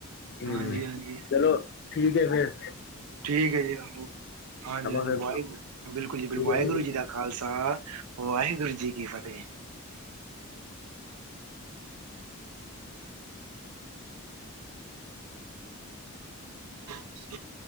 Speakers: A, on the left; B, on the right.
A: ਹਮ
B: ਹਾਂਜੀ ਹਾਂਜੀ
A: ਚਲੋ ਠੀਕ ਹੈ ਫੇਰ।
B: ਠੀਕ ਹੈ ਜੀ ਆ ਹਾਂਜੀ-ਹਾਂਜੀ
A: ਫਿਰ
B: ਵਾਹਿਗੁਰੂ ਬਿਲਕੁਲ ਜੀ ਬਿਲਕੁਲ
A: ਠੀਕ
B: ਵਾਹਿਗੁਰੂ
A: ਹੈ
B: ਜੀ ਦਾ ਖਾਲਸਾ ਵਾਹਿਗੁਰੂ ਜੀ ਕੀ ਫਤਿਹ। ਹਾਂ <inaudible>